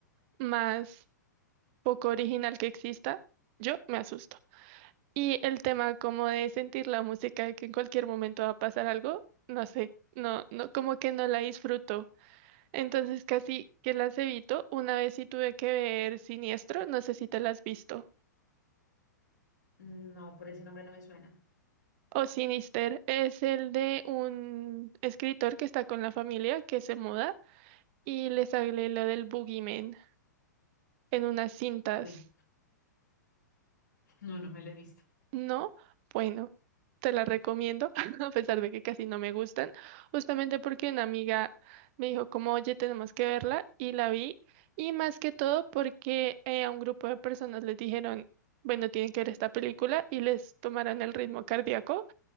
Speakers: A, on the right; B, on the left.
A: más poco original que exista, yo me asusto. Y el tema como de sentir la música de que en cualquier momento va a pasar algo, no sé, no, no, como que no la disfruto. Entonces casi que las evito. Una vez sí tuve que ver Siniestro, no sé si te la has visto.
B: No, por ese nombre no me suena.
A: O Sinister es el de un escritor que está con la familia, que se muda y le sale lo del Boogeyman en unas cintas.
B: Ve, No, no me lo he visto.
A: ¿No? Bueno, te la recomiendo, <laughs> a pesar de que casi no me gustan, justamente porque una amiga me dijo como, oye, tenemos que verla y la vi. Y más que todo porque eh, a un grupo de personas les dijeron, bueno, tienen que ver esta película y les tomaron el ritmo cardíaco